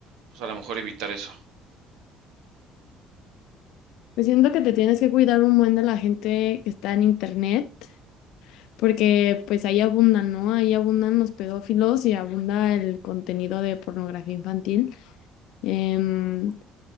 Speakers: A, on the right; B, on the left.
A: pues a lo mejor evitar eso?
B: Pues siento que te tienes que cuidar un buen de la gente que está en internet, porque pues ahí abundan, ¿no? Ahí abundan los pedófilos y abunda el contenido de pornografía infantil. Em,